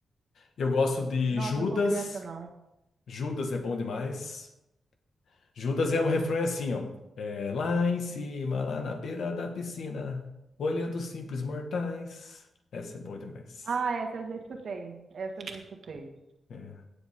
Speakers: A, on the left (about 80°); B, on the right (about 65°).
A: Eu gosto de
B: Nossa,
A: Judas,
B: nunca ouvi essa, não.
A: Judas é bom demais. Judas é o refrão é assim, ó. É, lá em cima, lá na beira da piscina, olhando os simples mortais. Essa é boa demais.
B: Ah, essa eu já escutei. Essa eu já escutei.
A: É,